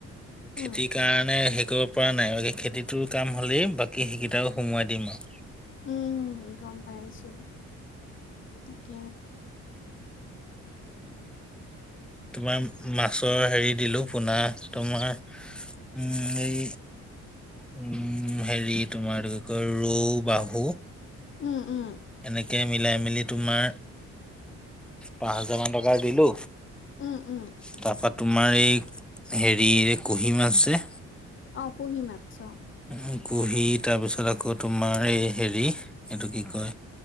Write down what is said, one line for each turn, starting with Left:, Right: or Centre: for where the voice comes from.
Left: উম,
Centre: খেতিৰ কাৰণে। কৰিব পৰা নাই বাকী খেতিটোৰ কাম হ'লেই বাকী সেইকেইটা সোমোৱাই দিম আৰু।
Left: উম গম পাইছো। তাকাকে।
Centre: তোমাৰ মাছৰ হেৰি দিলোঁ পোনা তোমাৰ। উম এই। উম হেৰি তোমাৰ কি কয় ৰৌ বাহু।
Left: উম উম।
Centre: এনেকে মিলাই মেলি তোমাৰ পাঁচ হাজাৰ মান টকা দিলো।
Left: উম উম।
Centre: তাৰপা তোমাৰ এই হেৰিৰে কুহিমাছছে।
Left: অ পুহি মাছ।
Centre: উম। কুহি তাৰপিছত আকৌ তোমাৰ এই হেৰি, এইটো কি কয়